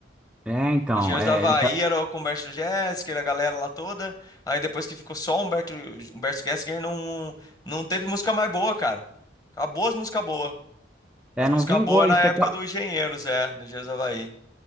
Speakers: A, in the centre; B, on the left (about 20°).
A: É, então,
B: Engenheiros
A: é,
B: do Havaí
A: ele tá-
B: era o com o Humberto Gessinger, a galera lá toda. Aí depois que ficou só o Humberto, Humberto Gessinger, não, não teve música mais boa, cara. Acabou as músicas boas.
A: é,
B: As músicas
A: não vingou,
B: boas era
A: e
B: a
A: você,
B: época
A: qua-
B: do Engenheiros, é, do Engenheiros do Havaí.